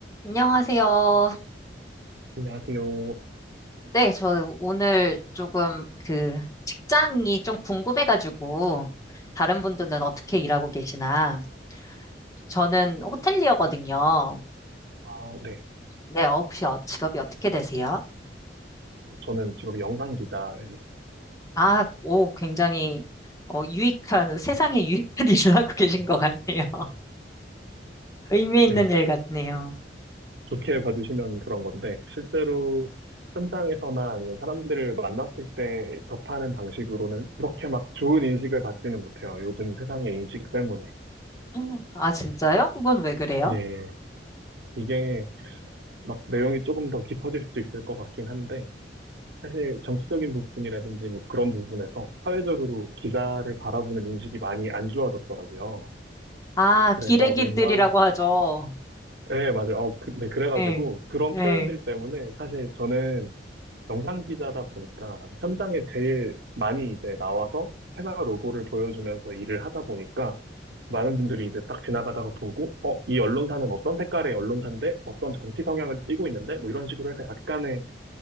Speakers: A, on the left; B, on the right.
A: 안녕하세요.
B: 안녕하세요.
A: 네, 저 오늘 조금 그 직장이 좀 궁금해가지고 다른 분들은 어떻게 일하고 계시나? 저는 호텔리어거든요.
B: 아, 네.
A: 네, 어, 혹시 어- 직업이 어떻게 되세요?
B: 저는 직업이 영상 기자입니다.
A: 아, 오, 굉장히 어, 유익한, 세상에 유익한 <laughs> 일을 하고 계신 것 같네요. <laughs> 의미 있는
B: 네.
A: 일 같네요.
B: 좋게 봐주시면 그런 건데, 실제로 현장에서나 아니면 사람들을 만났을 때 접하는 방식으로는 그렇게 막 좋은 인식을 받지는 못해요. 요즘 세상의 인식 때문에.
A: 음. 아, 진짜요? 그건 왜 그래요?
B: 예. 이게 막 내용이 조금 더 깊어질 수도 있을 것 같긴 한데, 사실 정치적인 부분이라든지 뭐 그런 부분에서 사회적으로 기자를 바라보는 인식이 많이 안 좋아졌더라고요.
A: 아,
B: 그래서
A: 기레기들이라고
B: 뭔가
A: 하죠.
B: 네, 맞아요. 어, 그, 네, 그래가지고
A: 네,
B: 그런
A: 네.
B: 표현들 때문에 사실 저는 영상 기자다 보니까 현장에 제일 많이 이제 나와서 회사 로고를 보여주면서 일을 하다 보니까 많은 분들이 이제 딱 지나가다가 보고, 어, 이 언론사는 어떤 색깔의 언론사인데 어떤 정치 성향을 띠고 있는데 뭐 이런 식으로 해서 약간의